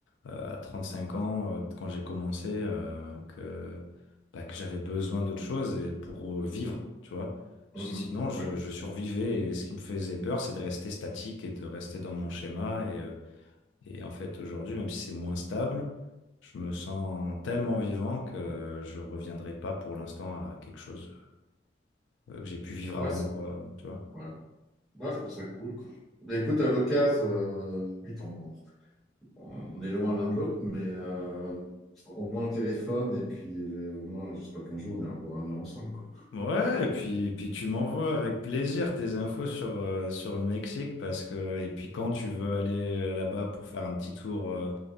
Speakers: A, on the left (about 80°); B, in the centre.
A: euh, à cinq ans euh, quand j'ai commencé euh, que bah, que j'avais besoin d'autre chose et pour euh, vivre, tu vois. Parce
B: Mhm.
A: que Sinon, je,
B: Ouais,
A: je survivais et ce qui me faisait peur, c'est de rester statique et de rester dans mon schéma et euh, et en fait, aujourd'hui, même si c'est moins stable, je me sens tellement vivant que je reviendrai pas pour l'instant à quelque chose. euh, que j'ai pu vivre
B: ouais,
A: avant,
B: c'est,
A: quoi, tu vois.
B: ouais. Ouais, je trouve ça cool, quoi. Mais écoute, à l'occasion, euh, oui, on, On est loin l'un de l'autre, mais euh, au moins au téléphone, et puis euh, au moins, j'espère qu'un jour, on ira boire un verre ensemble, quoi.
A: Ouais, et puis, et puis tu m'envoies avec plaisir tes infos sur, euh, sur le Mexique, parce que, et puis quand tu veux aller euh, là-bas pour faire un petit tour euh,